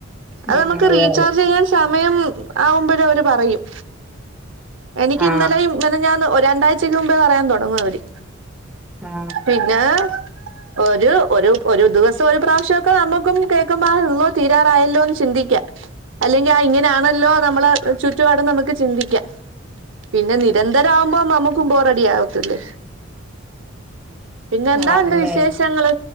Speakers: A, on the right; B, in the centre.
A: അത്
B: ഉം,
A: നമുക്ക്
B: അതെ
A: റീചാർജ് ചെയ്യാൻ സാ മയം ആവുമ്പഴും അവര് പറയും എനിക്ക്
B: ആ
A: ഇന്നലെയും മിനിഞ്ഞാന്ന് ഒറ്റ് രണ്ടാഴ്ചക്ക് മുമ്പേ പറയാൻ തൊടങ്ങും അവര്
B: ആ
A: പിന്നെ ഒരു ഒരു ഒരു ദിവസം ഒരു പ്രാവശ്യമൊക്കെ നമുക്കും കേൾക്കുമ്പല്ലോ ള്ളോ തീരാറായല്ലോന്ന് ചിന്തിക്കാം അല്ലെങ്കി ആ ഇങ്ങനെയാണല്ലോ നമ്മള് ചുറ്റുപാടും നമുക്ക് ചിന്തിക്കാം പിന്നെ നിരന്തര ആകുമ്പോ നമുക്കും ബോറെഡി ആവത്തില്ലേ? പിന്നെ എന്താ
B: ആണല്ലേ
A: ഉണ്ട് വിശേഷങ്ങള്?